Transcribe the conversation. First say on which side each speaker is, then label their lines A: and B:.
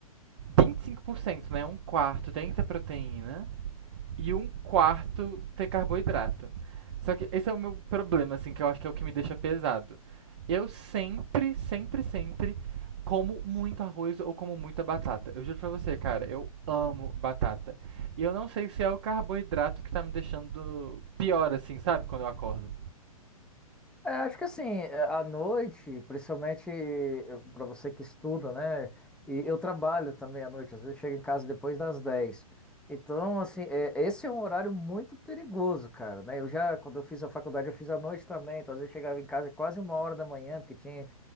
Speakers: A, on the right; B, in the centre.
A: 25%, né? Um quarto tem que ter proteína e um quarto ter carboidrato. Só que esse é o meu problema, assim, que eu acho que é o que me deixa pesado. Eu sempre, sempre, sempre como muito arroz ou como muita batata. Eu juro pra você, cara, eu amo
B: uhum.
A: batata. E eu não sei se é o carboidrato que tá me deixando pior, assim, sabe? Quando eu acordo.
B: É, acho que assim, é, à noite, principalmente para você que estuda, né? E eu trabalho também à noite, às vezes chego em casa depois das 10. Então, assim, é, esse é um horário muito perigoso, cara, né? Eu já, quando eu fiz a faculdade, eu fiz à noite também, então às vezes eu chegava em casa quase uma hora da manhã, porque tinha